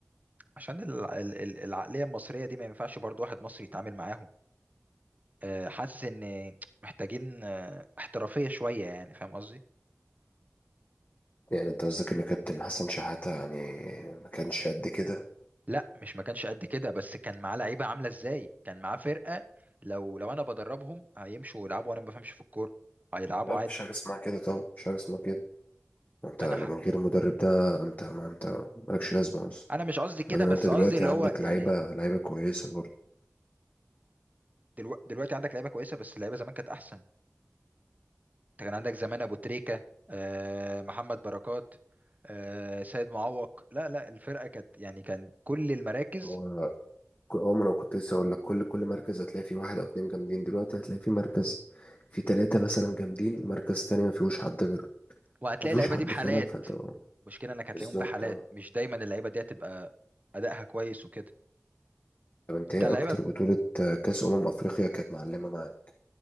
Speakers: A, on the right; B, on the left.
A: عشان ال- ال- ال- العقلية المصرية دي ما ينفعش برضو واحد مصري يتعامل معاهم آه، حاسس ان محتاجين آه، احترافية شوية يعني فاهم قصدي
B: يعني انت قصدك ان كابتن حسن شحاتة يعني ما كانش قد كده
A: لا مش ما كانش قد كده بس كان معاه لعيبة عاملة ازاي كان معاه فرقة لو لو انا بدربهم هيمشوا يلعبوا وانا ما بفهمش في الكورة هيلعبوا
B: لا
A: عادي
B: مفيش حاجة اسمها كده طبعا مفيش حاجة اسمها كده ما انت
A: انا
B: لما
A: ح...
B: غير المدرب ده انت ما انت مالكش لازمة اصلا
A: انا مش قصدي كده
B: بعدين
A: بس
B: انت دلوقتي
A: قصدي اللي
B: عندك
A: هو يعني
B: لعيبة لعيبة كويسة برضه
A: دلو... دلوقتي عندك لعيبه كويسه بس اللعيبه زمان كانت احسن انت كان عندك زمان ابو تريكه آه محمد بركات آه سيد معوق لا لا الفرقه كانت يعني كان كل المراكز
B: هو ك- اه ما انا كنت لسه هقول لك كل كل مركز هتلاقي فيه واحد او اتنين جامدين دلوقتي هتلاقي فيه مركز فيه تلاتة مثلا جامدين ومركز تاني ما فيهوش حد غير
A: وهتلاقي
B: ما فيهوش
A: اللعيبه
B: حد
A: دي بحالات
B: فعلا فانت
A: المشكله انك هتلاقيهم
B: بالظبط
A: بحالات
B: اه
A: مش دايما اللعيبه دي هتبقى ادائها كويس وكده
B: طب انت
A: انت
B: ايه
A: اللعيبه
B: اكتر بطولة آه، كاس امم افريقيا كانت معلمة معاك